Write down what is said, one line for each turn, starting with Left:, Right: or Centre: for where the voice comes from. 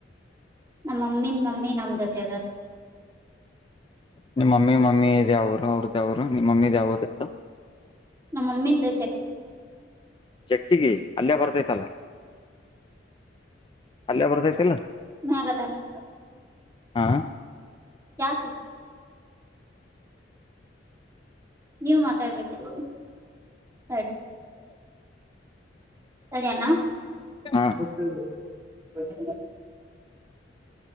Right: ನಮ್ಮಮ್ಮಿನ್ ಮಮ್ಮಿ ನಮ ಜೊತೆದಾರ
Left: ನಿಮ್ಮ್ ಮಮ್ಮಿ ಮಮ್ಮಿ್ಯಾವರು ಅವ್ರದ್ದ ಅವರು ನಿ್ ಮಮ್ಮಿದ ಯಾವರು ಇತ್ತು
Right: ನಮ್ಮಮ್ಮಿಿಂದ
Left: ಜಕ್ತಿಗ ಅಲ್ಲಯ ಬರ್ತೈತಲ್ಲ ಅಲ್ಲೇ ಬರ್ತೈತಿಲ್ಲ
Right: ಮ್ಯಾಗದರಿ
Left: ಹ
Right: ಯಾಕ್ರೀ ನೀವು ಮಾತಾಡ್ಬೇಕರಿ ತಾಡಿ ಕರೇನ
Left: ಹ
Right: <unintelligible>